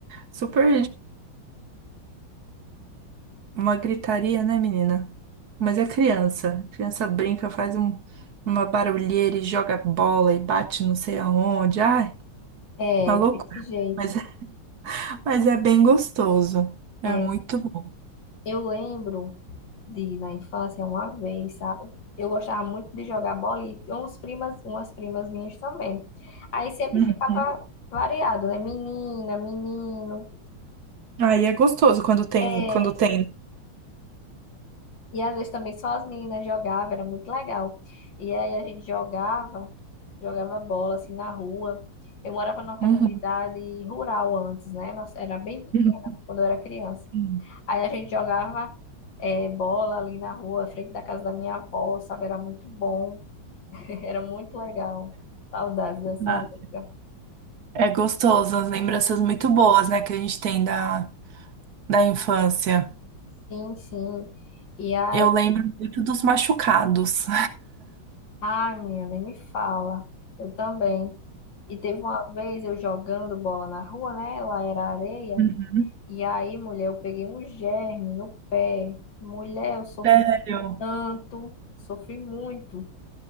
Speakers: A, on the right (about 60°); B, on the left (about 65°).
A: super Uma gritaria, né, menina? Mas é criança. Criança brinca, faz um- uma barulheira e joga bola e bate não sei aonde. Ai,
B: É,
A: uma loucura.
B: desse jeito.
A: Mas, é, mas é bem gostoso.
B: É,
A: É muito bom.
B: eu lembro de na infância uma vez, sabe? Eu gostava muito de jogar bola e uns primas, umas primas minhas também. Aí sempre
A: Uhum.
B: ficava variado, né? Menina, menino.
A: Aí é gostoso quando tem,
B: É,
A: quando tem. né?
B: e às vezes também só as meninas jogavam, era muito legal. E aí a gente jogava, jogava bola assim na rua. Eu morava numa comunidade
A: Uhum.
B: rural antes, né? Nossa, era bem pequena
A: <laughs>
B: quando eu era criança.
A: Uhum.
B: Aí a gente jogava é, bola ali na rua, à frente da casa da minha avó, sabe? Era muito bom. Era muito legal. Saudades dessa
A: Ah,
B: época.
A: É gostoso, as lembranças muito boas, né, que a gente tem da, da infância.
B: Sim, sim. E aí,
A: Eu lembro muito dos machucados.
B: ai, menina, nem me fala. Eu também. E teve uma vez eu jogando bola na rua, né? Lá era areia.
A: <laughs>
B: E aí, mulher, eu peguei um germe no pé. Mulher, eu sofri
A: Sério?
B: tanto, sofri muito.